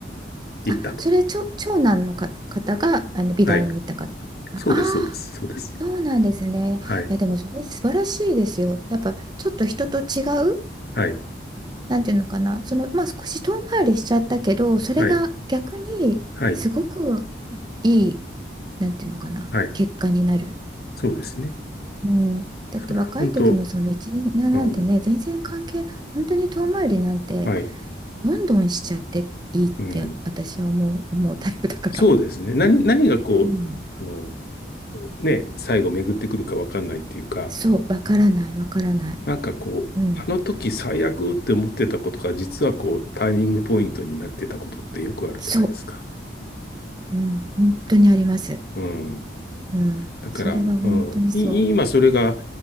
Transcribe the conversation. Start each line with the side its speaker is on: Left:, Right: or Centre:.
Left: いったと。
Right: あ、それちょ長男のか方があの美大に行ったか。
Left: はい。
Right: ああ
Left: そうです、そうです、そうです。
Right: そうなんですね。
Left: はい。
Right: いやでもそれ素晴らしいですよ。やっぱちょっと人と違う、
Left: はい。
Right: なんていうのかな、そのまあ少し遠回りしちゃったけど、それが逆にすごく
Left: はい。はい。
Right: いい、なんていうのかな、
Left: はい。
Right: 結果になる。
Left: そうですね。
Right: うん、だって若い時のその一年なんてね、
Left: それは本当、うん、
Right: 全然関係、本当に遠回りなんて
Left: はい。
Right: どんどんしちゃっていいって私は思う、
Left: うん。
Right: 思うタイプだから。
Left: そうですね。何、何がこう、
Right: うん、
Left: あの、ね、最後巡ってくるかわかんないっていうか、
Right: そう、わからない、わからない。
Left: なんかこう、
Right: うん、
Left: あの時最悪って思ってたことが、実はこう、ターニングポイントになってたことってよくあるじゃないですか。
Right: そう、うん、本当にあります。
Left: うん。
Right: うん、
Left: だから、
Right: それは本当にそ
Left: うん、い今それが